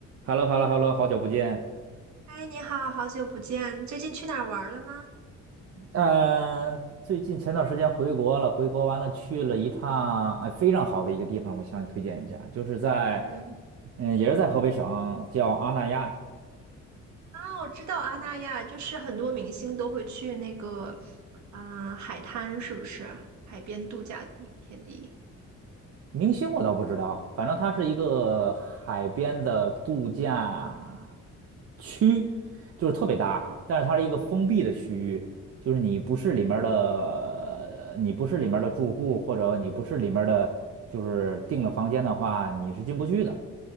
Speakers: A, on the right; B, on the right.
A: h e l l o h e l l o h e l l o 好久不见。
B: 哎，你好，好久不见，最近去哪儿玩了吗？
A: 嗯、最近前段时间回国了，回国完了去了一趟，哎，非常好的一个地方，我向你推荐一下，就是在，
B: 嗯，
A: 嗯，也是在河北省，叫阿那亚。
B: 啊，我知道阿那亚，就是很多明星都会去那个，啊、海滩是不是？海边度假地天地。
A: 明星我倒不知道，反正它是一个海边的度假区，就是特别大，
B: 哦
A: 但是它是一个封闭的区域，就是你不是里面儿的，你不是里面儿的住户，或者你不是里面儿的，就是订了房间的话，你是进不去的。